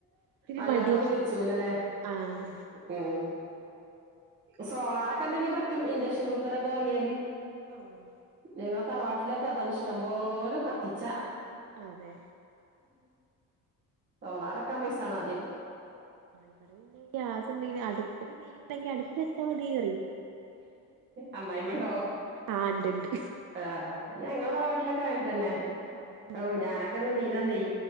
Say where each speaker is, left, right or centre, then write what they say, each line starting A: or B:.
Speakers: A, on the right; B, on the right.
A: ഇത്തിരി
B: അല്ലാതെപയോഗിച്ചുലല്ലേ
A: മടിയാ ആഹ്
B: ഉം സോളാറൊക്കെ ഉണ്ടെങ്കിൽ പറ്റും ഇൻഡക്ഷൻ കുക്കറൊക്കെ വാങ്ങിയാല്
A: ആഹ്
B: ഞങ്ങളെ തറവാട്ടിലൊക്കെ അതാണ് ഇഷ്ടംപോലെ കത്തിച്ചാ
A: അതെ
B: സോളാറക്കാൻ പൈസണം ആദ്യം
A: ഇവിടെന്നെ ഗ്യാസ്ണ്ടെങ്കിൽ അടുപ്പില് തീ ഉണ്ടെങ്കി അടുപ്പിൽ വെച്ചാൽ മതി അറിയും
B: അമ്മായിമ്മണ്ടോ
A: ആഹ് ഇണ്ട്ണ്ട്
B: ആഹ് ഞങ്ങളുടെ നാട്ടിലൊക്കെ അങ്ങനെ തന്നെ
A: ആഹ്
B: ഓ ഞാനൊക്കെ ഒ നീന്നീനെന്ന്